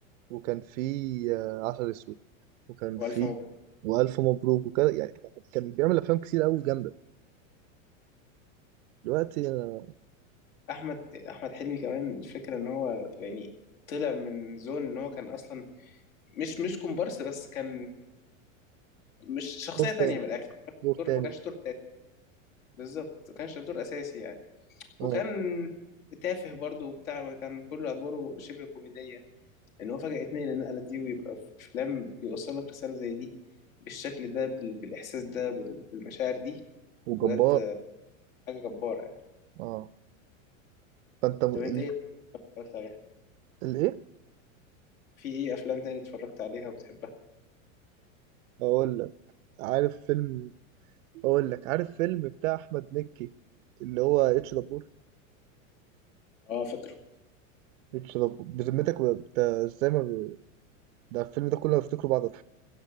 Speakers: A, on the right; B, on the left.
A: وكان في آه، عسل أسود وكان
B: والف
A: في
B: مبروك
A: وألف مبروك وكده يعني كان بيعمل أفلام كتير أوي جامدة دلوقتي أنا
B: احمد احمد حلمي كمان الفكره ان هو يعني طلع من زون ان هو كان اصلا مش مش كومبارس بس كان مش شخصيه
A: دور
B: تانية
A: تاني
B: من الاخر
A: دور
B: دور
A: تاني
B: ما كانش دور أساسي. بالظبط ما كانش دور اساسي يعني
A: اه
B: وكان تافه برضه وبتاع كان كل ادواره شبه كوميديه ان هو فجاه يتنقل النقله دي ويبقى في افلام بيوصل لك رساله زي دي بالشكل ده بال- بالاحساس ده بال- بالمشاعر دي
A: وجبار
B: بجد حاجه جباره يعني
A: اه فأنت م...
B: طب
A: ال...
B: انت ايه اتفرجت عليها
A: الإيه؟
B: في ايه افلام تاني اتفرجت عليها وبتحبها
A: أقول لك عارف فيلم أقول لك عارف فيلم بتاع أحمد مكي اللي هو اتش دبور
B: اه فاكر
A: اتش دبور بذمتك بت- ازاي ما ب... ده الفيلم ده كله بفتكره بعد